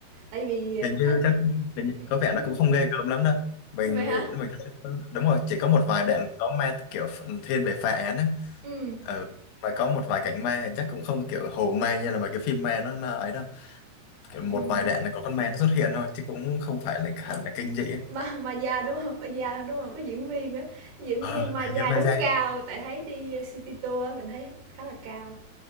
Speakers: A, on the right; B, on the left.
A: tại vì, à,
B: hình như
A: thích
B: chắc hình như,
A: ừm,
B: có vẻ
A: ừm,
B: là cũng không ghê gớm lắm đâu mình
A: ừm, vậy hả?
B: nghĩ mình thấy, đúng rồi chỉ có một vài đoạn có ma kiểu thiên về phá án đấy
A: Ừm,
B: ừ. mà có một vài cảnh ma thì chắc cũng không kiểu hù ma như là mấy cái phim ma nó, nó ấy đâu kiểu một
A: ừm,
B: vài đoạn là có con ma nó xuất hiện thôi chứ cũng không phải là hẳn là kinh dị ấy.
A: Ma Maya, đúng hông? Maya, đúng không có diễn viên á, diễn
B: ờ
A: viên Maya
B: hình như ma
A: đúng
B: da
A: cao, tại thấy đi city tour á, mình thấy khá là cao.